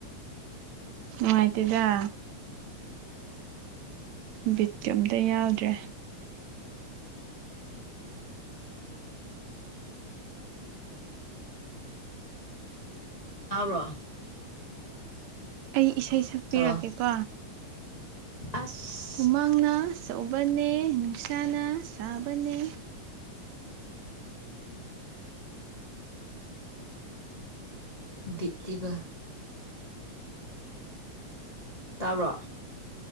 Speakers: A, on the right; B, on the left.
A: ꯅꯨꯡꯉꯥꯏꯇꯗ ꯕꯤꯠꯀꯤ ꯑꯝꯇ ꯌꯥꯎꯗ꯭ꯔꯦ
B: ꯇꯥꯕ꯭ꯔꯣ
A: ꯑꯩ ꯏꯁꯩ ꯁꯛꯄꯤꯔꯀꯦꯀꯣ
B: ꯍꯜꯂꯣ ꯑꯁ
A: ꯍꯃꯥꯡꯅ ꯑꯆꯧꯕꯅꯦ ꯅꯨꯡꯁꯥꯅ ꯁꯥꯕꯅꯦ
B: ꯕꯤꯕ ꯇꯥꯕ꯭ꯔꯣ